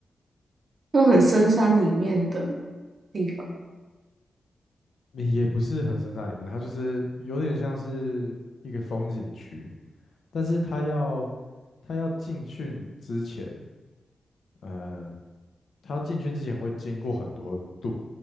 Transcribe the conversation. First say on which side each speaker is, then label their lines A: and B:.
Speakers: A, on the right; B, on the left.
A: 那种很深山里面的地方。
B: 也也不是很深山里面，它就是有点像是一个风景区，但是它要它要进去之前，呃，它进去之前会经过很多路，